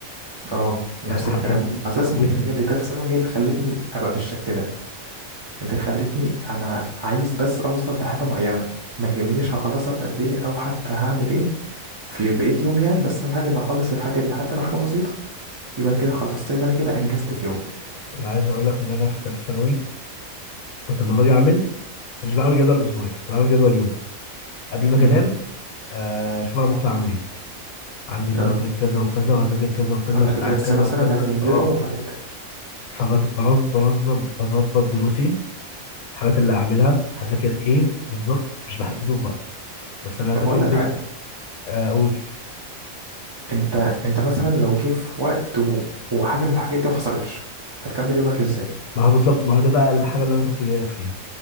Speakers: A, on the right; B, on the left.
A: اه
B: يعني
A: نفس
B: حرفيا
A: الكلام اساسا
B: موتني
A: يعني هي دي تالت ثانوي هي اللي خلتني ابقى بالشكل ده اللي خلتني انا عايز بس اوصل لحاجه معينه ما يهمنيش هخلصها في قد ايه او حتى هعمل ايه في بقية يوم يعني بس اهم حاجه ان اخلص الحاجه دي حتى لو حاجه بسيطه يبقى انا كده خلصت يبقى انا كده انجزت في يوم
B: انا عايز اقول لك ان انا في ثالثه ثانوي كنت لما باجي اعمل مش بعمل جدول اسبوعي كنت بعمل جدول يوم قبل ما
A: امم
B: اجي انام آه، اشوف انا بكره هعمل ايه عندي مذاكره
A: اه
B: كذا وكذا وهذاكر كذا وكذا
A: عندك
B: في ساعات
A: درس
B: كذا
A: مثلا
B: وكذا
A: هتنزله
B: اه
A: وبعدين ده
B: فبنظم بنظم بظبط دروسي الحاجات اللي هعملها هذاكر ايه بالظبط مش بحدده بوقت بس انا هذاكر
A: طب هقول لك
B: جزء
A: حاجة
B: آه، اقول
A: انت انت مثلا لو جه في وقت و... وحاجة من الحاجات دي ما حصلتش هتكمل يومك ازاي؟
B: ما هو بالظبط ما هو ده بقى الحاجه اللي انا كنت جاي لك فيها